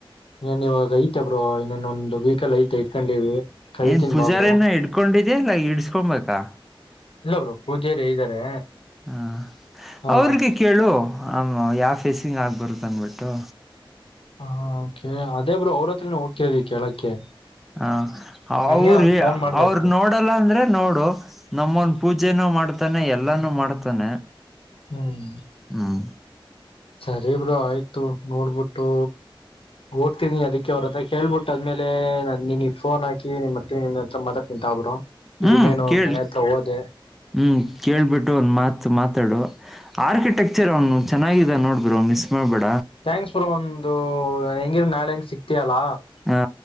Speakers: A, on the left; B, in the centre.
A: ಇನೆನ್ ಇವಾಗ ಐತೆ ಬ್ರೋ ಇನ್ನೊಂದು ವೀಕಲ್ಲಿ ಐತೆ ಇಟ್ಕೊಂಡಿವಿ. ಕರಿತೀನ್
B: ಏನ್ ಪೂಜಾರಿನ
A: ಬಾ ಬ್ರೋ
B: ಇಡ್ಕೊಂಡಿದ್ಯಾ ಇಲ್ಲ ಇಡ್ಸ್ಕೊಬೇಕಾ.
A: ಇಲ್ಲ ಬ್ರೋ ಪೂಜಾರಿ ಇದ್ದಾರೆ.
B: ಹಾ
A: ಹಾ
B: ಅವ್ರಿಗೆ ಕೇಳು. ಆಮ್ಮ್ ಯಾವ ಫೇಸಿಂಗ್ ಆಗ್ಬರುತ್ತ ಅಂದಬಿಟ್ಟು.
A: ಹಾ ಓಕೆ ಅದೇ ಬ್ರೋ ಅವ್ರ ಹತ್ರನ ಹೋಗ್ತಿದೀವಿ ಕೇಳಕ್ಕೆ.
B: ಹ ಅವ್ರು
A: ಹಂಗೆ ನಾನ್ ಫೋನ್ ಮಾಡ್ದ
B: ಅವ್ರು
A: ಅಷ್ಟೇ
B: ನೋಡಲ್ಲ ಅಂದ್ರೆ ನೋಡು ನಮ್ಮೊಂದ ಪೂಜೆನು. ಮಾಡ್ತಾನೆ ಎಲ್ಲಾನು ಮಾಡ್ತಾನೆ.
A: ಹ್ಮ್
B: ಹ್ಮ್
A: ಸರಿ ಬ್ರೋ ಆಯ್ತು ನೋಡ್ಬಿಟ್ಟು ಓದ್ <unintelligible> ಹತಿನಿ ಅದಕ್ಕೆ ಅವ್ರ ಹತ್ರ ಕೇಳ್ಬಿಟ್ಟು ಅದ್ಮೇಲೆ ನಾ ನಿನಗೆ ಫೋನ್ ಹಾಕಿ ಮತ್ತೆ ನಾ ನಿನ್ನ ಹತ್ರ ಮಾತಾಡ್ತೀನಿ ತಗೋ ಬ್ರೋ.
B: ಹ್ಮ್
A: ಇನ್ನೇನು
B: ಕೇಳಿ
A: ಅವ್ರ ಮನೆ ಹತ್ರ ಹೋದೆ
B: ಹ್ಮ್ ಕೇಳ್ಬಿಟ್ಟು ಒಂದ ಮಾತು ಮಾತಾಡು. ಆರ್ಕಿಟೆಕ್ಚರ್ ಅವನು ಚೆನ್ನಾಗಿದನೆ ನೋಡು ಬ್ರೋ ಮಿಸ್ ಮಾಡ್ಬೇಡ.
A: ಥ್ಯಾಂಕ್ಸ್ ಬ್ರೋ ಒಂದು ಹೆಂಗಿದ್ರು ನಾಳೆ ಸಿಕ್ತಯಲ್ಲ
B: ಹಾ